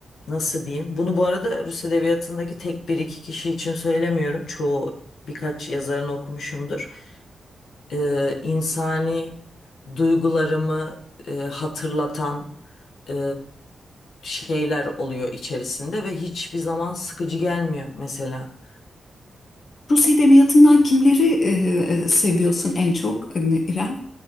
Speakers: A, on the left; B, on the left.
A: nasıl diyeyim? Bunu bu arada Rus edebiyatındaki tek bir iki kişi için söylemiyorum. Çoğu birkaç yazarını okumuşumdur e, insani duygularımı e, hatırlatan e, şeyler oluyor içerisinde ve hiçbir zaman sıkıcı gelmiyor mesela.
B: Rus edebiyatından kimleri e, e, seviyorsun en çok hani İrem?